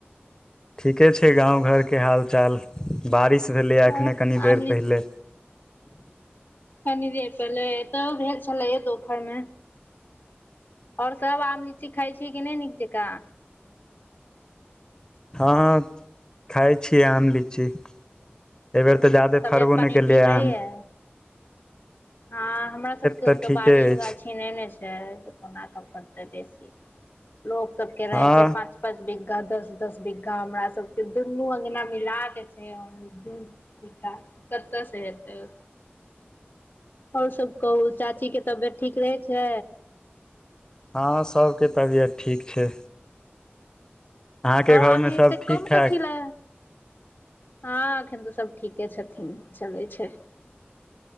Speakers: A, on the left (about 20°); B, on the left (about 55°).
A: एकके छै गाँव घरके हाल चाल बारिश भेलैए एखने
B: आओर
A: कनि
B: आम
A: देर पहिले
B: कनि देर पले तब भेल छलै दुपहरमे आओर सभ आम लीची खाइ छी कि नहि नीक जकाँ
A: हँ खाइ छियै आम लीची एहि बेेर तऽ ज्यदे
B: तबियत
A: फरबो
B: पानी
A: नहि केलियै
B: ठीक रहैया
A: हन
B: हँ हमरा सबके
A: तऽ
B: ओत
A: ठीके
B: बाड़ियो गाछे
A: अछि
B: ने छै कोना क बेसी लोकोग सबके रहे
A: हँ
B: छै पाँच पाँच बि घा दस दस बीघ्घा हमरा सबके दुनू अंगना मिला के छै कतऽ से हतै ओ ओर सब कहू चाचीके तबियत ठीक रहै छै
A: हाँ सबके तबियत ठीक छै अहाँके
B: ओर
A: घरमे
B: अहाँ
A: सभ
B: एते
A: ठीक
B: कम
A: ठाक
B: कथि ले हाँ एखन तऽ सब ठीके छथिन चलै छै